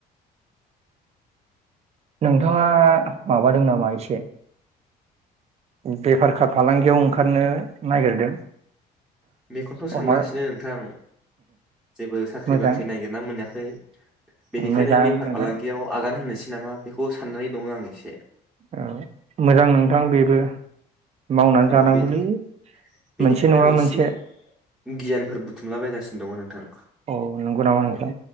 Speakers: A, on the right; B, in the centre.
A: नोंथाङा माबादों नामा एसे बेफार खा फालांगियाव ओंखारनो नागिरदों
B: बेखौथ सानगासिनो
A: अमा
B: नोंथां जेबो साख्रि
A: मोजां
B: बाख्रि नागिरना मोनाखै बेनिखायनो
A: मोजां
B: बेफार
A: नोंथां
B: फालांगियाव आगान होनोसै नामा बेखौ साननानै दङ आं एसे
A: औ मोजां नोंथां बेबो मावनानै
B: औ
A: जानांगौलै
B: बेनि बेनिखायनो
A: मोनसे नङा
B: आं एसे
A: मोनसे
B: गियानफोर बुथुमलाबायगासिनो दङ नोंथां
A: औ नंगौ नामा नोंथां